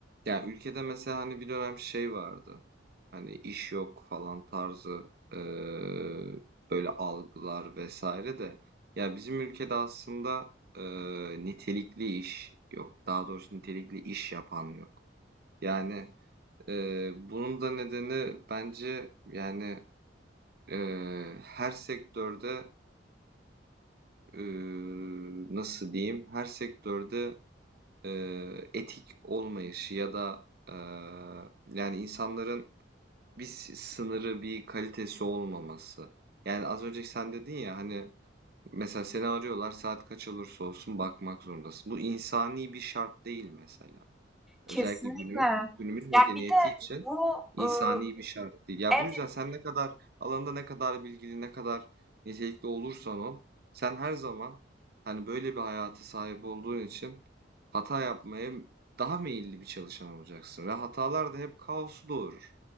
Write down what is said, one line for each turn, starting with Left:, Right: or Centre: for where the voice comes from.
Right: ya ülkede mesela hani bir dönem şey vardı. Hani iş yok falan tarzı eee, böyle algılar vesaire de ya bizim ülkede aslında eee, nitelikli iş yok. Daha doğrusu nitelikli iş yapan yok. Yani eee, bunun da nedeni bence yani eee, her sektörde eee, nasıl diyeyim her sektörde eee, etik olmayışı ya da eee, yani insanların bir sınırı, bir kalitesi olmaması. Yani az önce sen dedin ya hani mesela seni arıyorlar saat kaç olursa olsun bakmak zorundasın. Bu insani bir şart değil mesela. Özellikle
Centre: Kesinlikle.
Right: günümüz, günümüz medeniyeti
Centre: Ya, bir de
Right: için
Centre: bu,
Right: insani
Centre: ııı,
Right: bir şart değil. Ya
Centre: evet
Right: bu yüzden sen ne kadar alanda ne kadar bilgili, ne kadar nitelikli olursan ol, sen her zaman hani böyle bir hayata sahip olduğun için hata yapmaya daha meyilli bir çalışan olacaksın ve hatalar da hep kaosu doğurur.